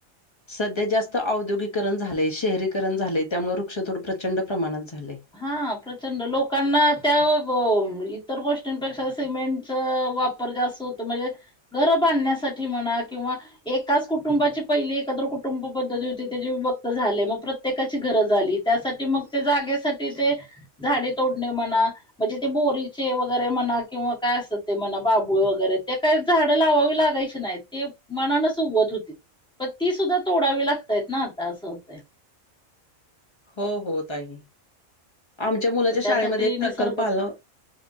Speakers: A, on the left; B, in the centre.
A: सध्या जास्त औद्योगीकरण झाले शहरीकरण झाले त्यामुळे वृक्षतोड प्रचंड प्रमाणात झाले.
B: हा प्रचंड लोकांना त्या इतर गोष्टींपेक्षा सिमेंटच वाप होत म्हणजे घर बांधण्यासाठी म्हणा किंवा एकाच कुटुंबाची पहिली एकत्र कुटुंब पद्धती होती त्याची विभक्त झाले मग प्रत्येकाची गरज आली. त्यासाठी मग ते जागेसाठी ते झाडे तोडणे म्हणा म्हणजे ते बोरीचे वगैरे म्हणा किंवा काय असत ते म्हणा बाबुळे वगैरे ते काय झाडं लावावी लागायची नाही ते मनानच उगवत होती. पण ती सुद्धा तोडावी लागतयत ना आता असं होतं.
A: हो होत आहे. आमच्या मुलाच्या
B: मग त्यासाठी
A: शाळेमध्ये एक प्रकल्प
B: निसर्ग
A: आला